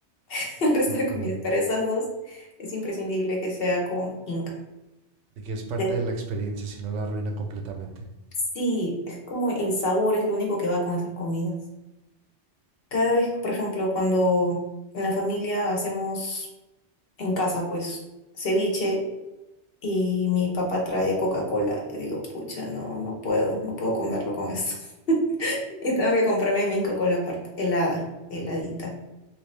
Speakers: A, on the left (about 55°); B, on the right (about 85°).
A: <laughs> el resto
B: Ok.
A: de comidas, pero esas dos es imprescindible que sea con Inca.
B: De que es parte
A: De-
B: de la experiencia, si no la arruina completamente.
A: sí, es como el sabor es lo único que va con esas comidas. Cada vez, por ejemplo, cuando en la familia hacemos en casa, pues, ceviche y mi papá trae Coca-Cola. Yo digo, pucha, no, no puedo, no puedo comerlo con esto. <laughs> Y tengo que comprarme mi Coca-Cola aparte, helada, heladita.